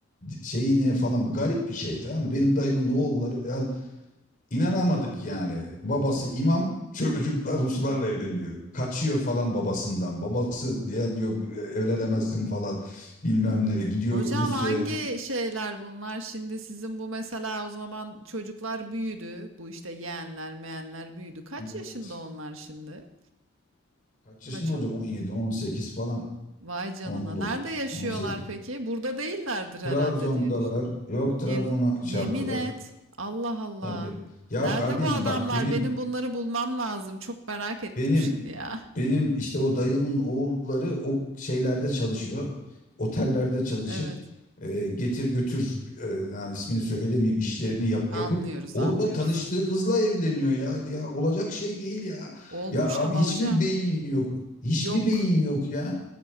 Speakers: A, on the left; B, on the right.
A: şeyi ne falan bu garip bir şey tamam mı? Benim dayımın oğulları ya inanamadık yani babası imam çocuklar Ruslarla evleniyor. Kaçıyor falan babasından babası ya diyor evlenemezsin falan bilmem ne gidiyor
B: Hocam
A: Rusya'ya
B: hangi şeyler bunlar? Şimdi sizin bu mesela o zaman çocuklar büyüdü. Bu işte yeğenler, meğenler büyüdü. Kaç
A: Evet.
B: yaşında onlar şimdi?
A: Kaç yaşında
B: Kaç
A: olacak?
B: oldu?
A: 17, 18 falan.
B: Vay canına.
A: 19,
B: Nerede yaşıyorlar
A: 18.
B: peki? Burada değillerdir herhalde
A: Trabzon'dalar.
B: diye düşün.
A: Yok Trabzon'a
B: Yem-
A: şey
B: yemin
A: yaptılar.
B: et. Allah Allah.
A: Tabii. Ya
B: Nerede
A: kardeşim
B: bu adamlar?
A: bak benim
B: Benim bunları bulmam lazım. Çok merak ettim
A: benim
B: şimdi ya.
A: benim işte o dayımın oğulları o şeylerde çalışıyor. Otellerde çalışıp
B: Evet.
A: e, getir götür e, ha, ismini söylemeyeyim işlerini yap,
B: Anlıyoruz,
A: yapıp orada
B: anlıyoruz.
A: tanıştığı kızla evleniyor ya. Ya olacak şey değil ya.
B: Olmuş
A: Ya abi
B: ama
A: hiç
B: hocam.
A: mi beyin yok? Hiç
B: Yok.
A: mi beyin yok ya?